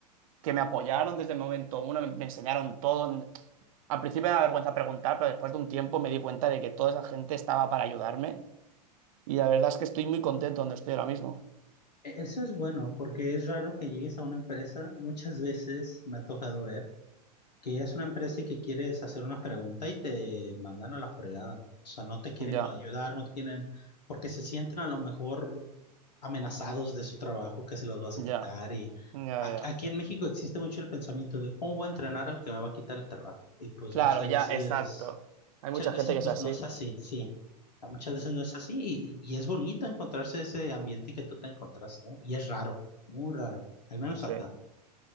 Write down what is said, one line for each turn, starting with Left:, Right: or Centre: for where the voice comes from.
Right: que me apoyaron desde el momento uno, me, me enseñaron todo. Al principio me da vergüenza preguntar, pero después de un tiempo me di cuenta de que toda esa gente estaba para ayudarme. Y la verdad es que estoy muy contento donde estoy ahora mismo.
Left: E- Eso es bueno porque es raro que llegues a una empresa, muchas veces me ha tocado ver. que ella es una empresa y que quieres hacer unas preguntas y te mandan a la fregada. O sea, no te quieren
Right: Ya,
Left: ayudar, no te quieren, porque se sienten a lo mejor amenazados de su trabajo, que se los vas
Right: ya,
Left: a quitar. Y
Right: ya,
Left: a-
Right: ya.
Left: aquí en México existe mucho el pensamiento de cómo voy a entrenar al que me va a quitar el trabajo. Y pues
Right: Claro,
Left: muchas
Right: ya,
Left: veces,
Right: exacto. Hay
Left: muchas
Right: mucha
Left: veces
Right: gente que
Left: pues
Right: es así.
Left: no es así, sí. A Muchas veces no es así y, y- y es bonito encontrarse ese ambiente que tú te encontraste, ¿eh? Y es raro, muy raro, al menos
Right: Sí.
Left: acá.